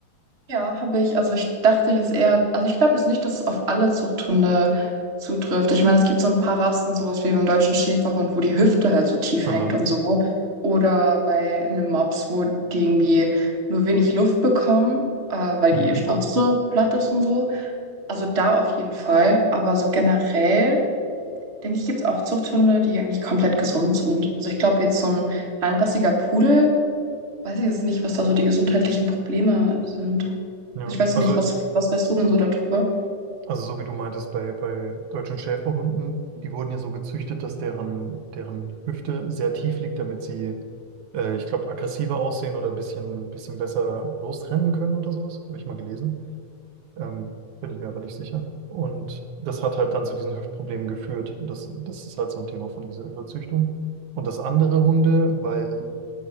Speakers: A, on the right; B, on the right.
A: Ja, habe ich. Also ich dachte jetzt eher, also ich glaube jetzt nicht, dass es auf alle Zuchthunde zutrifft. Ich meine, es gibt so ein paar Rassen, sowas wie beim deutschen Schäferhund, wo die Hüfte halt so tief
B: Aha.
A: hängt und so. Oder bei einem Mops, wo die irgendwie nur wenig Luft bekommen, äh, weil
B: Mhm.
A: die Schnauze so platt ist und so. Also da auf jeden Fall. Aber so generell, denke ich, gibt es auch Zuchthunde, die eigentlich komplett gesund sind. Also ich glaube jetzt so ein reinrassiger Pudel. Weiß ich jetzt nicht, was da so die gesundheitlichen Probleme sind.
B: Ja.
A: Ich weiß
B: Also,
A: nicht, was, was weißt du denn so darüber?
B: also so wie du meintest, bei, bei deutschen Schäferhunden, die wurden ja so gezüchtet, dass deren, deren Hüfte sehr tief liegt, damit sie, äh, ich glaube, aggressiver aussehen oder ein bisschen, bisschen besser losrennen können oder sowas. Habe ich mal gelesen. Ähm, bin ich mir aber nicht sicher. Und das hat halt dann zu diesen Hüftproblemen geführt. Das, das ist halt so ein Thema von dieser Überzüchtung. Und das andere Hunde, weil